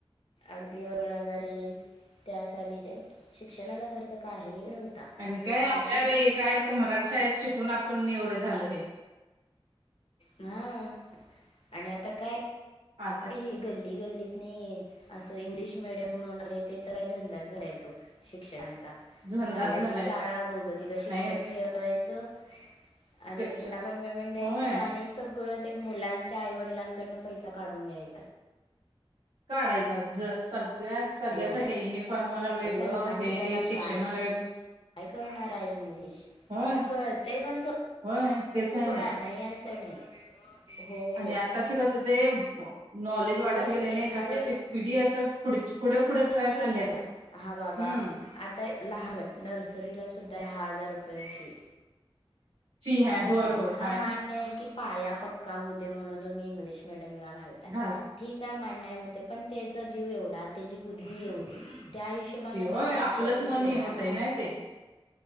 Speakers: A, on the left (about 70°); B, on the right (about 80°).
A: अगदी दोन हजार एक त्या साली ते शिक्षणाचा खर्च काही नव्हता
B: आणि काय आपल्या
A: ॲक्च्युली फक्त
B: काय असं मराठ शाळेत शिकून आपण एवढं झाल हे
A: व आता काय
B: आता
A: ते गल्ली गल्लीतंनी असं इंग्लिश मीडियम म्हणून आलंय ते तर काय धंदा झाल्यात तो शिक्षकांचा
B: झंदाच
A: घालायची
B: झालाय
A: शाळा
B: तो
A: दोघं तिघं शिक्षक
B: नाही
A: ठेवायं करायचं
B: शिक्षक
A: आणि त्यांना पण पेमेंट द्यायच
B: होय
A: आणि सगळ ते मुलांन क च्या आईवडिलां कडनं पैसा काढून घ्यायचा.
B: काढायचा ज सगळ्या सगळ्यासाठी
A: एवढ्या
B: युनिफॉर्माला वेगळं
A: अशा लहान
B: हे
A: जीवाला
B: शिक्षणाला
A: काय
B: वेगळं
A: काय कळणार आहे इंग्लिश
B: होय
A: कळतेय पण सोड‍
B: होय तेच आहे
A: होणार नाही असं नाही हो
B: आणि
A: हो
B: आत्ताचे कसं ते नॉलेज वाढत
A: पण
B: गेलेय
A: एखाद्या
B: ने तसं ते पिढी असं पुढ पुढे पुढे
A: तेच
B: चालल्या
A: ठीक आहे
B: ते
A: ना हा बाबा
B: हम्म
A: आता तर लहानट नर्सरी ला सुद्धा दहा हजार रुपयाची
B: फी हाय
A: हो
B: होय होय
A: नाही हा
B: हाय
A: मान्य की पाया पक्का होऊदे म्हणून तुम्ही इंग्लिश मिडियमला घालताय
B: घाल
A: ठीक काय मान्य आहं म्हणतोय पण त्या जीव एवढा त्याची बुद्धी एवढी त्यांच्या हिशोबाने
B: ते होय
A: शिक्षण
B: आपलंच
A: तर
B: मनी
A: घेणार
B: होतय
A: ना
B: नाही ते